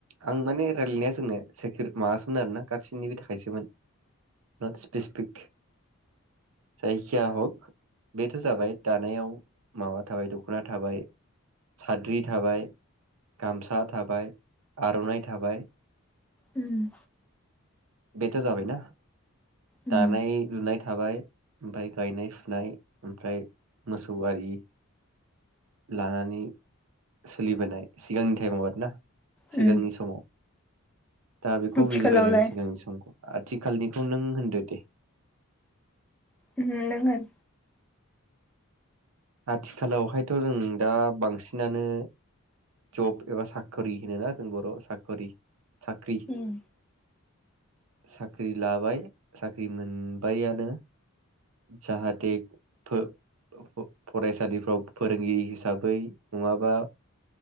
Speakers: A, on the right; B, in the centre.
A: आं माने रायलायनाया जोंनो सेकिर माबासोमोन आरोना गाससिनिबो थाखायसोमोन। नर्थ स्पेसिफिक जायखिया हक बेथ‌ जाबाय दानायाव माबा थाबाय दखना थाबाय साद्रि थाबाय गामसा थाबाय आरनाइ थाबाय
B: उम्म
A: बेथ जाबायना।
B: उम
A: दानाय लुनाय थाबाय ओमफ्राय गायनाय फुनाय ओमफ्राय मोसौ आरि लानानै सोलिबोनाय सिगांनि टाइमाव आरो ना।
B: उम
A: सिगांनि समाव । दा बेखौ
B: आथिखालावलाय
A: बुजिबाय जों सिगांनि समखौ । आथिखालनिखौ नों होनदो दे।
B: ओम नों होन।
A: आथिखालावहायथ जों दा बांसिनानो जप एबा साखरि होन ना जों बर साखरी साख्रि
B: उम
A: साख्रि लाबाय साख्रि मोनबायानो जाहाथे फो-फरायसालिफ्राव फोरोंगिरि हिसाबै नङाबा